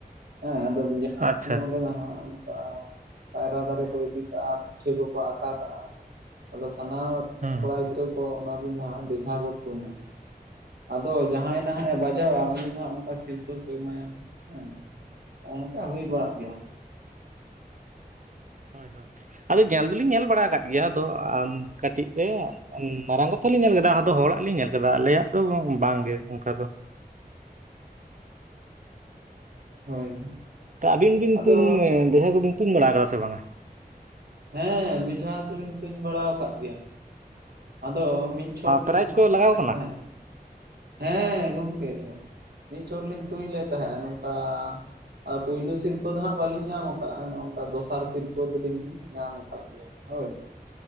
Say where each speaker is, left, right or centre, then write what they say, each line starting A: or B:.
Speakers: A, on the right; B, on the right.
A: ᱦᱮᱸ ᱟᱫᱚ ᱢᱤᱫ ᱚᱠᱛᱚ
B: ᱟᱪᱪᱷᱟ ᱟᱪᱪᱷᱟ
A: ᱫᱚ ᱦᱟᱸᱜ ᱚᱝᱠᱟ ᱠᱟᱭᱨᱟ ᱫᱟᱨᱮ ᱠᱚ ᱤᱫᱤ ᱠᱟᱜ-ᱟ ᱯᱤᱴᱷᱟᱹ ᱠᱚᱠᱚ ᱟᱠᱟᱸ ᱠᱟᱜ-ᱟ ᱟᱫᱚ ᱥᱟᱱᱟᱢ
B: ᱦᱮᱸ
A: ᱠᱚᱲᱟ ᱜᱤᱫᱽᱨᱟᱹ ᱠᱚ ᱚᱱᱟ ᱫᱤᱱ ᱫᱚ ᱦᱟᱸᱜ ᱵᱮᱡᱷᱟ ᱠᱚ ᱛᱩᱧᱟ᱾ ᱟᱫᱚ ᱡᱟᱦᱟᱸᱭ ᱱᱟᱦᱟᱜ ᱮ ᱵᱟᱡᱟᱣᱟ ᱩᱱᱤ ᱫᱚ ᱱᱟᱦᱟᱸᱜ ᱚᱠᱚᱭ ᱥᱤᱨᱯᱟᱹ ᱠᱚ ᱮᱢᱟᱭᱟ ᱦᱮᱸ ᱚᱱᱠᱟ ᱦᱩᱭ ᱵᱟᱲᱟᱜ ᱜᱮᱭᱟ᱾
B: ᱦᱳᱭ ᱦᱳᱭ ᱟᱫᱚ ᱧᱮᱞ ᱫᱚᱞᱤᱧ ᱧᱮᱞ ᱵᱟᱲᱟ ᱟᱠᱟᱫ ᱜᱮᱭᱟ ᱟᱫᱚ ᱟᱢ ᱠᱟᱹᱴᱤᱡ ᱨᱮ ᱢᱟᱨᱟᱝ ᱠᱟᱛᱮ ᱞᱤᱧ ᱧᱮᱞ ᱠᱮᱫᱟ ᱟᱫᱚ ᱦᱚᱲᱟᱜ ᱞᱤᱧ ᱧᱮᱞ ᱟᱠᱟᱫᱟ ᱟᱞᱮᱭᱟᱜ ᱫᱚ ᱵᱟᱝᱜᱮ ᱚᱱᱠᱟ ᱫᱚ
A: <unintelligible> ᱦᱳᱭ
B: ᱛᱚ ᱟᱵᱤᱱ ᱵᱤᱱ
A: ᱟᱫᱚ
B: ᱛᱩᱧ ᱵᱮᱡᱷᱟ ᱠᱚᱵᱤᱱ ᱛᱩᱧ ᱵᱟᱲᱟ ᱠᱟᱫᱟ ᱥᱮ ᱵᱟᱝ ᱟ
A: ᱦᱮᱸ ᱵᱮᱡᱷᱟ ᱫᱚᱞᱤᱧ ᱛᱩᱧ ᱵᱟᱲᱟ ᱟᱠᱟᱫ ᱜᱮᱭᱟ ᱟᱫᱚ ᱢᱤᱫ ᱪᱷᱚᱴ
B: ᱯᱨᱟᱭᱤᱡᱽ
A: ᱞᱤᱧ
B: ᱠᱚ ᱞᱟᱜᱟᱣ
A: <inaudible>
B: ᱠᱟᱱᱟ
A: ᱛᱟᱦᱮᱸ ᱦᱮᱸ ᱜᱚᱢᱠᱮ ᱢᱤᱫ ᱪᱷᱚᱴ ᱞᱤᱧ ᱛᱩᱧ ᱞᱮᱫ ᱛᱟᱦᱮᱸᱫ ᱱᱚᱝᱠᱟ᱾ ᱟᱨ ᱯᱩᱭᱞᱩ ᱥᱤᱨᱯᱟᱹ ᱫᱚ ᱦᱟᱸᱜ ᱵᱟᱞᱤᱧ ᱧᱟᱢ ᱟᱠᱟᱫ-ᱟ ᱱᱚᱝᱠᱟ ᱫᱚᱥᱟᱨ ᱥᱤᱨᱯᱟᱹ ᱫᱚᱞᱤᱧ ᱧᱟᱢ ᱟᱠᱟᱫ ᱜᱮᱭᱟ᱾ ᱦᱳᱭ